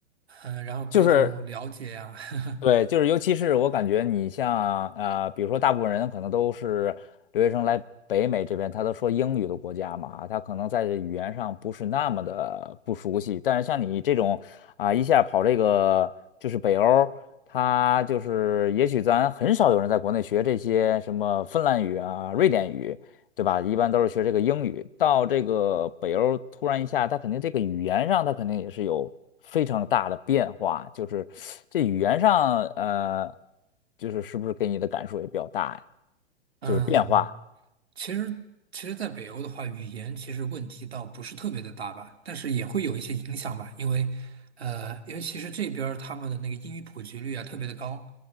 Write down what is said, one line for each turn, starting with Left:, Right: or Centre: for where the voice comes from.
Right: 嗯、然后各种了解呀、
Left: 就是。
Right: 啊
Left: 对，就是尤其是我感觉你像呃，比如说大部分人可能都是留学生来北美这边，他都说英语的国家嘛，他可能在这语言上不是那么的不熟悉。但是像你这种啊、一下跑这个就是北欧，他就是也许咱很少有人在国内学这些什么芬兰语啊、瑞典语，对吧？一般都是学这个英语，到这个北欧突然一下，他肯定这个语言上，他肯定也是有非常大的变化，就是这语言上，呃，就是是不是给你的感受也比较大呀？
Right: <laughs> 嗯，
Left: 就是变化，
Right: 其实其实，在北欧的话，语言其实问题倒不是特别的大吧，但是也会有一些影响吧，因为呃，因为其实这边儿他们的那个英语普及率啊特别的高，